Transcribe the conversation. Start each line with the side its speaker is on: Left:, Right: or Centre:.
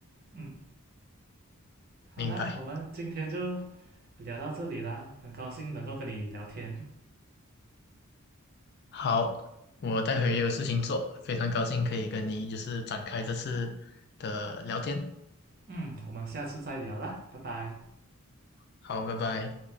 Right: 嗯，好啦，
Left: 明白。
Right: 我们今天就聊到这里啦，很高兴能够跟你聊天。
Left: 好，我待会也有事情做，非常高兴可以跟你就是展开这次的聊天。
Right: 嗯，我们下次再聊啦，拜拜。
Left: 好，拜拜。